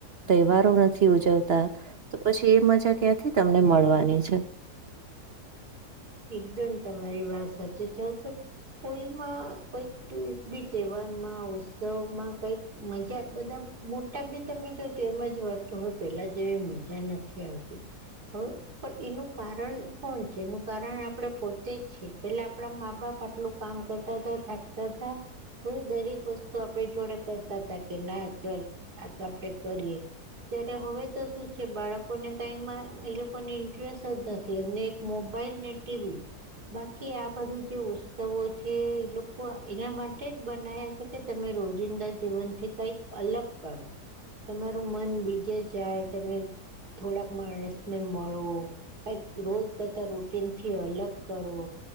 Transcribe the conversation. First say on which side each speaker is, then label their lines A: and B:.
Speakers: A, on the right (about 50°); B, on the right (about 70°).
A: તહેવારો નથી ઉજવતા. તો પછી એ મજા ક્યાંથી તમને મળવાની છે.
B: એકદમ તમારી વાત સાચી છે તો. કોઈમાં કઈક બી તહેવારમાં ઉત્સવમાં કઈક. મજા બધા મોટા બી તમે જો જેમ જ વાત કે હ પેલા જેવી મજા નથી આવતી. હ પણ એનું કારણ કોણ છે એનું. કારણ આપડે પોતે જ છેએ પેલા આપડા મા બાપ આટલું કામ કરતા હતા થાકતા હતા. તો દરેક વસ્તુ આપણે જોડે કરતા હતા કે ના ચલ આ તો આપણેે કરીએ. ત્યારે હવે તો શું છે બાળકોને કઈમાં એ લોકોની. જ નથી એમને એક મોબાઈલ ને ટીવી. બાકી આ બધું જે ઉત્સવો છે એ લોકો એના માટે જ બના્યા છે. કે તમે રોજિંદા જીવન થી કઈક અલગ કરો. તમારું મન બીજે જાય તમે. થોડાક માણસને મળો કઈક રોજ કરતા રો. તેથી અલગ કરવો.